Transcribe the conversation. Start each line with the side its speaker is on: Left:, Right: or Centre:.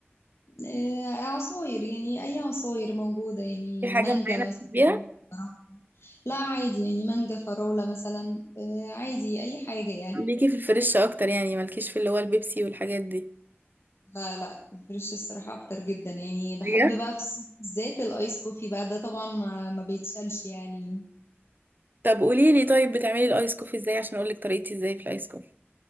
Left: آه، عصاير يعني أي عصاير موجودة يعني
Right: في حاجه
Left: مانجا
Right: معينه بتحبيها
Left: مثلا فراولة. لا عادي يعني مانجا فراولة مثلا آه، عادي أي حاجة يعني
Right: ليكي في الفريش اكتر يعني مالكيش في اللي هو البيبسي والحاجات دي
Left: لا لا الفريش الصراحة أكتر جدا يعني بحب
Right: بجد؟
Left: بقى في الصيف بالذات الآيس كوفي بقى ده طبعا ما ما بيتشالش يعني
Right: طب قولي لي طيب بتعملي الايس كوفي ازاي عشان اقول لك طريقتي ازاي في الايس كوفي